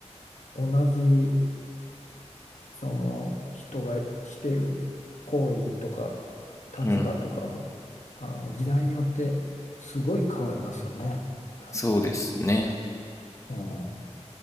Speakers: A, on the left; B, on the left.
A: 同じその人がしている行為とか立場とかも、
B: うん
A: あの時代によってすごい変わりますよね。確かに。
B: そうですね。
A: うん、